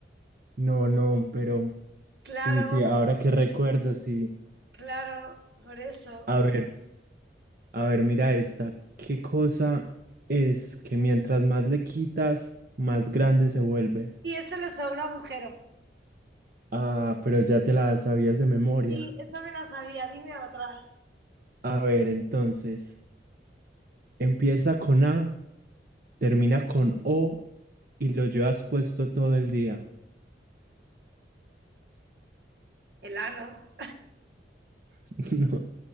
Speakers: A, on the right; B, on the right.
A: No, no, pero
B: Claro,
A: sí, sí, ahora que recuerdo, sí.
B: claro, por eso.
A: A ver, a ver, mira esta. ¿Qué cosa es que mientras más le quitas, más grande se vuelve?
B: Y esto lo sabe un agujero.
A: Ah, pero ya te la sabías de memoria.
B: Sí, esta me la sabía, dime otra.
A: A ver, entonces, empieza con A, termina con O y lo llevas puesto todo el día.
B: El ano.
A: <laughs> No,